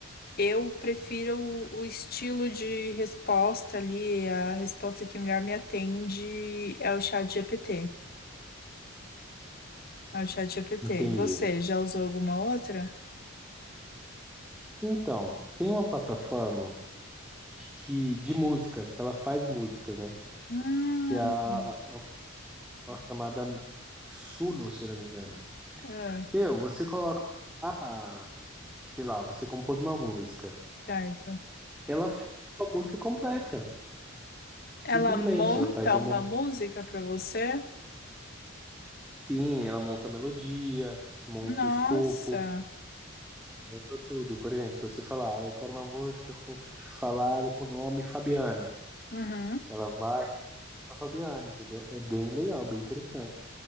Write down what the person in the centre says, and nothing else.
entendi.
Então, tem uma plataforma de, que, de música, que ela faz música, né?
Que é a- é uma chamada Suno, se não me engano.
Meu, você coloca, ah, sei lá, você compôs uma música.
Ela faz a música completa.
Simplesmente,
ela faz uma.
Sim, ela monta a melodia, monta
o escopo, monta tudo. Por exemplo, se você falar, ah, eu quero uma música com, falado com o nome Fabiana,
ela vai pra Fabiana, entendeu? É bem legal, bem interessante.